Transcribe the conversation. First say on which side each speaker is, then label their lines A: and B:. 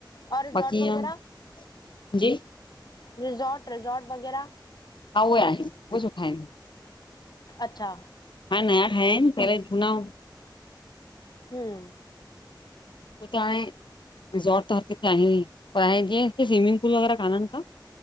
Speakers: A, on the left (about 60°); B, on the left (about 80°).
A: और रििसोर्ट
B: बाक़ी
A: वग़ैरह?
B: ईअं जी?
A: रििसोर्ट रििसोर्ट वग़ैरह?
B: हुयी उहे आहिन, उहे सुठा आहिन।
A: अचछा
B: हाणे नया ठाया आहिनि पहिरे जझूना हु
A: हम्म
B: हुते हाणे रिसोर्ट त हर किथे आहेन ही पर हाणे जीअं स्विमिंग पूल वग़ैरह कोान्हनि का।